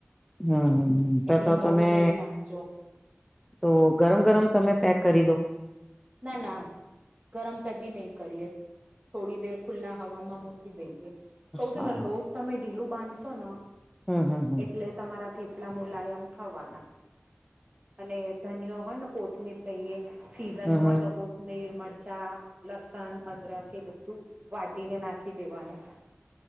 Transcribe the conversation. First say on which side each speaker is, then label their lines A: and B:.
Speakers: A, in the centre; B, on the right.
A: હમ હમ, તો
B: એટલે
A: તો
B: મોડું
A: તમે
B: દહીં નાખજો
A: તો ગરમ ગરમ તમે પેક કરી દો
B: ના ના ગરમ કદી નઈ કરીએ થોડી દેર ખુલ્લા હવામાં મૂકી દઈએ કઉ છુંને
A: હા
B: લોટ તમે ઢીલું બાંધશો ન
A: હમ હમ હમ
B: એટલે તમારા થેપલા મુલાયમ થવાના અને ધનયો હોય ને કોથમીર કહીએ સીઝન
A: હમ હમ
B: હોય તો કોથ મીર મરચા, લસણ, અદરખ એ બધું વાટીને નાખી દેવાનું